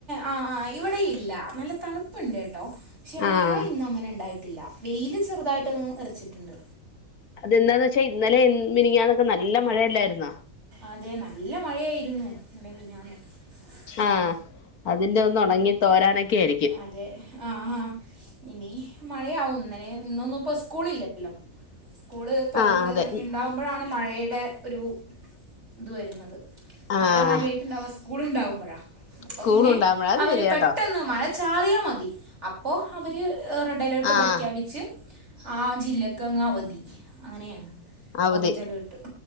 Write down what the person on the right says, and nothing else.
ആ ആ ഇവിടെ ഇല്ല നല്ല തണുപ്പുണ്ട്ട്ടോ പക്ഷെ
മഴ ഇന്ന് അങ്ങനെ ഇണ്ടായിട്ടില്ല വെയില് ചെറുതായിട്ട്ന്ന്റച്ചിട്ടുണ്ട്
അതെ നല്ല മഴയായിരുന്നു ഇല്ലെ കുഞ്ഞ നോക്കി ഉം
അതെ ആ ആ ഇനി മഴയാവും ഇന്നലെ ഇന്നൊന്നും ഇപ്പോ സ്കൂളില്ല സ്കൂള് തുറന്ന്
ഇണ്ടാവുമ്പോഴാണ് മഴേടെ ഒരു ഇത് വരുന്നത്
മഴ കാര്യമായിട്ടുണ്ടാവ സ്കൂള് ഇണ്ടാവുമ്പഴ അപ്പൊ
പിന്നെ
അവര്
പെട്ടെന്ന് മഴ ചാറിയാ മതി അപ്പോ അവര് റെഡ് അലർട്ട്
പ്രഖ്യാപിച്ച് ആ ജില്ലക്ക് അങ്ങ് അവധി അങ്ങനെയാണ്
ഓറഞ്ച് അലേർട്ട്